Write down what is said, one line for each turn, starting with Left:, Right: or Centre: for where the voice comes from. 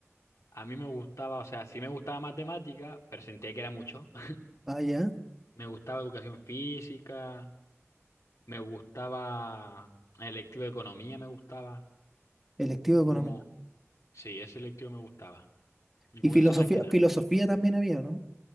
Left: A mí me gustaba, o sea, sí me gustaba matemática, pero sentía que era mucho. <laughs>
Centre: Ah, ya,
Left: Me gustaba educación física, me gustaba el electivo de economía, me gustaba.
Centre: electivo de economía.
Left: Y como, sí, ese electivo me gustaba. Y
Centre: Y
Left: como
Centre: filosofía,
Left: eso más que nada.
Centre: filosofía también había, ¿no?